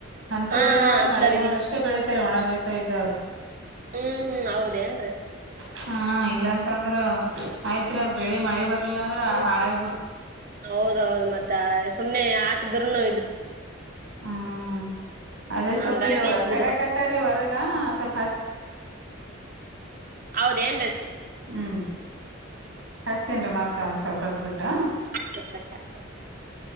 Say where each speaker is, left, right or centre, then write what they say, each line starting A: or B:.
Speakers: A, on the right; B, on the right.
A: ಅಂತವ್ರ
B: ಹಾ
A: ಏನಾದ
B: ಹಾ ಅಂತರ್ಗಿ
A: ಮಳೆ ಬಂದ್ರೆ ಅಷ್ಟೇ ಬೆಳೀಿತಾರೆ ಒಣ ಬೇಸ ಇದ್ದವ್ರು
B: ಹ್ಮ್ ಹ್ಮ್ ಹೌದೇನ್ರಿ
A: ಹಾ ಇಲ್ಲಾಂತ ಅಂದ್ರ ಆಯ್ತ್ರಿ ಅದ್ ಬೆಳಿ ಮಳಿ ಬರ್ಲಿಲ್ಲ ಅಂದ್ರ ಹಾಾಗಬ
B: ಹೌದೌದು ಮತ್ತೆ ಸುಮ್ನೆ ಹಾಕದ್ರೂನ
A: ಹ್ಮ್ ಅದೇ
B: ಹಂಗಾಗಿ
A: ಸ್ವಲ್ಪ ಇಲ್ ಕರಕತ್ತಾರೀ
B: ಬಿಡ್
A: ಹೊರ್ಗ ಸ
B: ಹೌದೇಏನ್ರೀ
A: ಹ್ಮ್ ಹಸ್ತೇನ್ರಿ ಮತ್ತ ಒಂದ ಸ್ವಲ್ಪ ಬರ್ದ್ ಬಿಟ್ಟ
B: ಹ <inaudible>